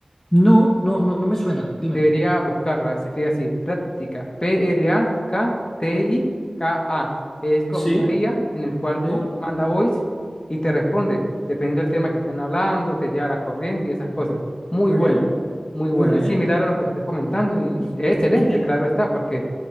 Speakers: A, on the left; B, on the left.
A: No, no, no, no me suena, dime.
B: Debería buscarla, se escribe así, práctica, P-R-A-K-T-I-K-A. Es como
A: Sí,
B: una IA en el cual
A: sí,
B: tú manda voice y te responde, dependiendo del tema que estén hablando, te lleva a la corriente y esas cosas. Muy
A: muy
B: buena,
A: bien,
B: muy buena.
A: muy bien.
B: Es similar a lo que me estás comentando y
A: Y,
B: es excelente,
A: y te...
B: claro está, porque